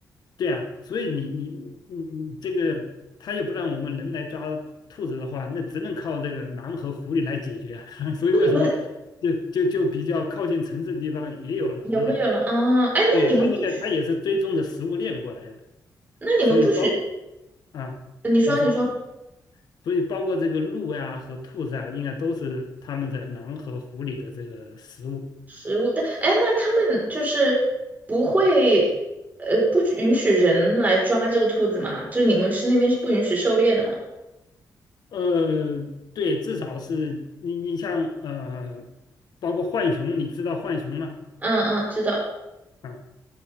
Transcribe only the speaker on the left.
对啊，所以你你嗯，这个他又不让我们人来抓兔子的话，那只能靠这个狼和狐狸来解决啊。<laughs> 所以为什么就就就比较靠近城市的地方也有狼呢？
对，它应该它也是追踪的食物链过来的，
所以包啊，
你说，所以包括这个鹿呀和兔子啊，应该都是他们的狼和狐狸的这个食物。
呃，对，至少是你你像呃，包括浣熊，你知道浣熊吗？
啊，